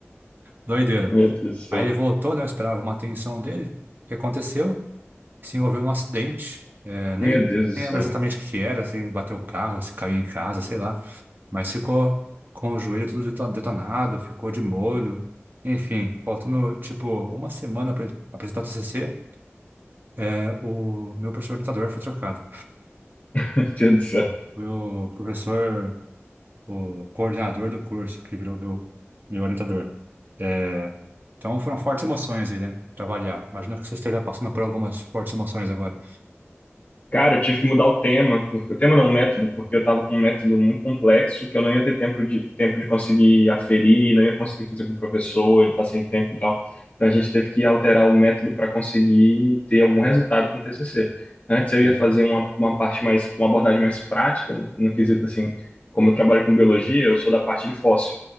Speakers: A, on the right; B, on the left.
A: doideira.
B: Meu Deus do céu.
A: Aí ele voltou, né? Eu esperava uma atenção dele. O que aconteceu? se envolveu num acidente. É, nem
B: Meu Deus do
A: nem
B: céu.
A: lembro exatamente o que era, se bateu o carro, se caiu em casa, sei lá. Mas ficou com o joelho tudo deto- detonado, ficou de molho. Enfim, faltando tipo uma semana para apresentar o TCC, é, o meu professor orientador foi trocado.
B: <laughs> Meu Deus do céu.
A: Meu professor, o coordenador do curso, que virou meu, meu orientador. É, então foram fortes emoções aí, né? Pra variar. Imagino que você esteja passando por algumas fortes emoções agora.
B: Cara, eu tive que mudar o tema, porque, o tema não, o método, porque eu tava com um método muito complexo que eu não ia ter tempo de, tempo de conseguir aferir, não ia conseguir fazer com o professor, ele tá sem tempo e tal. Então a gente teve que alterar o método para conseguir ter algum resultado com o TCC. Antes eu
A: Sim.
B: ia fazer uma, uma parte mais, uma abordagem mais prática, no, no quesito assim, como eu trabalho com biologia, eu sou da parte de fóssil.